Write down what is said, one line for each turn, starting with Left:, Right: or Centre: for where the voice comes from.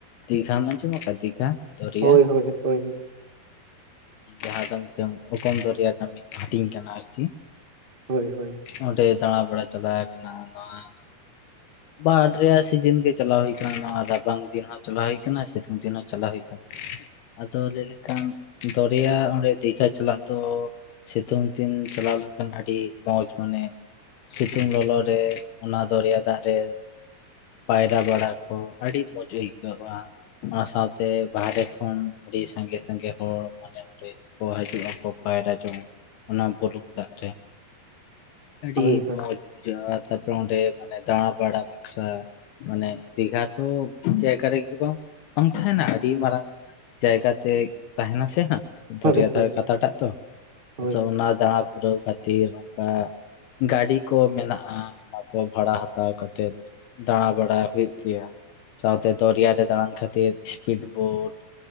Left: ᱫᱤᱜᱷᱟᱢ ᱟᱡᱚᱢ ᱟᱠᱟᱫᱟ ᱫᱤᱜᱷᱟ ᱫᱚᱨᱭᱟ
Right: ᱦᱳᱭ ᱦᱳᱭ ᱦᱳᱭ
Left: ᱡᱟᱦᱟᱸ ᱫᱚ ᱢᱤᱫᱴᱟᱝ ᱚᱜᱚᱱ ᱫᱚᱨᱭᱟ ᱨᱮᱱᱟᱝ ᱢᱤᱫ ᱦᱟᱹᱴᱤᱧ ᱠᱟᱱᱟ ᱟᱨᱠᱤ
Right: ᱦᱳᱭ ᱦᱳᱭ
Left: ᱚᱸᱰᱮ ᱫᱟᱬᱟ ᱵᱟᱲᱟ ᱪᱟᱞᱟᱣ ᱟᱠᱟᱱᱟ ᱟᱫᱚ ᱦᱟᱸᱜ ᱵᱟᱨ ᱨᱮᱭᱟᱜ ᱥᱤᱡᱤᱱ ᱜᱮ ᱪᱟᱞᱟᱣ ᱦᱩᱭ ᱟᱠᱟᱱᱟ ᱱᱚᱣᱟ ᱨᱟᱵᱟᱝ ᱫᱤᱱ ᱦᱚᱸ ᱪᱟᱞᱟᱣ ᱦᱩᱭ ᱟᱠᱟᱱᱟ ᱥᱤᱛᱩᱝ ᱫᱤᱱ ᱦᱚᱸ ᱪᱟᱞᱟᱣ ᱦᱩᱭ ᱟᱠᱟᱱᱟ ᱟᱫᱚ ᱞᱟᱹᱭ ᱞᱮᱱᱠᱷᱟᱱ ᱫᱚᱨᱭᱟ ᱚᱸᱰᱮ ᱫᱤᱜᱷᱟ ᱪᱟᱞᱟᱜ ᱫᱚ ᱥᱤᱛᱩᱝ ᱫᱤᱱ ᱪᱟᱞᱟᱣ ᱞᱮᱱᱠᱷᱟᱱ ᱟᱹᱰᱤ ᱢᱚᱸᱡᱽ ᱢᱟᱱᱮ ᱥᱤᱛᱩᱝ ᱞᱚᱞᱚ ᱨᱮ ᱚᱱᱟ ᱫᱚᱨᱭᱟ ᱫᱟᱜ ᱨᱮ ᱯᱟᱭᱨᱟ ᱵᱟᱲᱟ ᱠᱚ ᱟᱹᱰᱤ ᱢᱚᱡᱽ ᱟᱹᱭᱠᱟᱹᱜᱼᱟ ᱚᱱᱟ ᱥᱟᱶᱛᱮ ᱵᱟᱦᱨᱮ ᱠᱷᱚᱱ ᱟᱹᱰᱤ ᱥᱟᱸᱜᱮ ᱥᱟᱸᱜᱮ ᱦᱚᱲ ᱢᱟᱱᱮ ᱚᱸᱰᱮ ᱠᱚ ᱦᱤᱡᱩᱜᱼᱟᱠᱚ ᱯᱟᱭᱨᱟ ᱡᱚᱝᱼᱟ ᱚᱱᱟ ᱵᱩᱞᱩᱝ ᱫᱟᱜ ᱨᱮ
Right: <unintelligible>
Left: ᱟᱹᱰᱤ
Right: ᱦᱳᱭ
Left: ᱢᱚᱸᱡᱽ ᱵᱩᱡᱷᱟᱹᱜᱼᱟ ᱛᱟᱨᱯᱚᱨ ᱚᱸᱰᱮ ᱢᱟᱱᱮ ᱫᱟᱬᱟ ᱵᱟᱲᱟ ᱵᱮᱥᱟ ᱢᱟᱱᱮ ᱫᱤᱜᱷᱟ ᱛᱚ ᱢᱤᱫ ᱡᱟᱭᱜᱟ ᱨᱮᱜᱮ ᱵᱟᱝ ᱵᱟᱝ ᱛᱟᱦᱮᱱᱟ ᱟᱹᱰᱤ ᱢᱟᱨᱟᱝ ᱡᱟᱭᱜᱟ ᱛᱮ ᱛᱟᱦᱮᱱᱟ ᱥᱮ
Right: ᱦᱳᱭ
Left: ᱫᱚᱨᱭᱟ ᱫᱷᱟᱨᱮ
Right: ᱦᱳᱭ
Left: ᱠᱟᱛᱷᱟᱴᱟᱜ ᱛᱚ
Right: ᱦᱳᱭ
Left: ᱟᱫᱚ ᱚᱱᱟ ᱫᱟᱬᱟ ᱯᱩᱨᱟᱹᱣ ᱠᱷᱟᱹᱛᱤᱨ ᱚᱱᱠᱟ ᱜᱟᱹᱰᱤ ᱠᱚ ᱢᱮᱱᱟᱜᱼᱟ ᱚᱱᱟ ᱠᱚ ᱵᱷᱟᱲᱟ ᱦᱟᱛᱟᱣ ᱠᱟᱛᱮᱫ ᱫᱟᱬᱟ ᱵᱟᱲᱟ ᱦᱩᱭᱩᱜ ᱜᱮᱭᱟ ᱥᱟᱶᱛᱮ ᱫᱚᱨᱭᱟ ᱨᱮ ᱫᱟᱬᱟᱱ ᱠᱷᱟᱹᱛᱤᱨ ᱤᱥᱯᱤᱰ ᱵᱳᱴ